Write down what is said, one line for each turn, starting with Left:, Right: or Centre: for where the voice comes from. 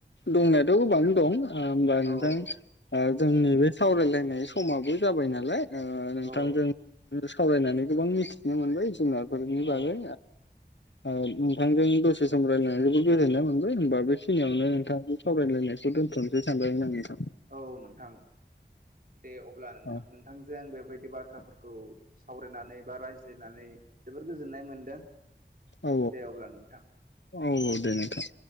Left: दंनायाथ' गोबां दं होमबा
Right: औ
Left: नोंथां। जोंनि बे सावरायलायनाय समाबो जाबाय नालाय नोंथांजों
Right: औ
Left: सावरायनानै गोबां मिथिनो मोनबाय जुनारफोरनि
Right: औ
Left: बागै नोंथांजों दसे सम रायलायनानै जोबोद गोजोननाय मोनबाय होमबा बेखिनियावनो
Right: औ
Left: नोंथां। सावरायलायनायखौ दोनथ'नोसो सानबायमोन आं नोथां।
Right: औ नोंथां दे अब्ला नोंथां
Left: औ
Right: नोंथांजों बेबायदि बिदि बाथ्राफोरखौ सावरायनानै बा रायज्लायनानै जोबोर गोजोननाय मोनदों
Left: औ
Right: दे अब्ला नोंथां
Left: औ औ दे नोंथां।